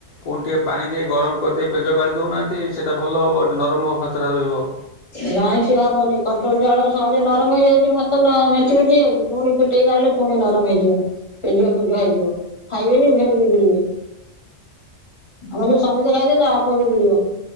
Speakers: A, on the left (about 60°); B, on the left (about 25°).
A: ପୁଣି ଟିକେ ପାଣି ଦେଇ ଗରମ କରିଦେଇ ପେଜ ଗାଳି ଦେଉନାହାନ୍ତି ସେଇଟା ଭଲ ହବ ନରମ ହବ ଭାତଟା ରହିବ।
B: ନାଇଁ ସିଏ ହବନି କଣ୍ଟ୍ରୋଲ ଚାଉଳ ସହଜେ ନରମ ହେଇଯାଉଛି ଭାତ ମେଂଚି ମେଂଚି ହେଇଯାଉଛି। ପୁଣି ଫୁଟେଇକି ଗାଳିଲେ ପୁଣି ନରମ ହେଇଯିବ। ପେଜୁଆ ପେଜୁଆ ହେଇଯିବ ଖାଇବେନି ଫେରେ ବିଗିଡିବେ। ଆମର ଯୋଉ ସମୀତେ ଖାଇଦେ ତା ବାପ ବିଗିଡିବ।